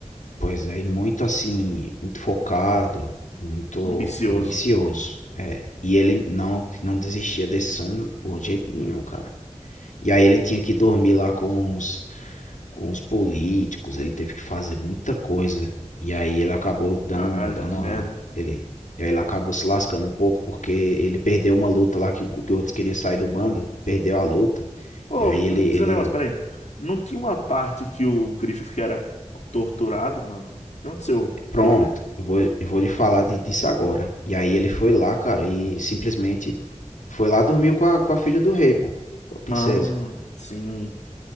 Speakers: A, on the left (about 85°); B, on the left (about 65°).
A: pois é, e muito assim, muito focado, muito
B: ambicioso.
A: ambicioso, é, e ele não, não desistia desse sonho por jeito nenhum, cara. E aí ele tinha que dormir lá com os, com os políticos, ele teve que fazer muita coisa. E aí ele acabou dando,
B: Caralho,
A: um- dando
B: que merda.
A: uma. Ele, e aí ele acabou se lascando um pouco porque ele perdeu uma luta lá que o que o outro queria sair do bando, perdeu a luta.
B: Ô,
A: E aí
B: me
A: ele,
B: diz
A: ele,
B: um negócio, peraí. Não tinha uma parte que o Griffith era torturado, mano? O que aconteceu?
A: pronto,
B: Ele te-
A: eu vou, eu vou lhe falar de- disso agora. E aí ele foi lá, cara, e simplesmente foi lá dormiu com a, com a filha do rei, pô, com a princesa.
B: Ah, sim.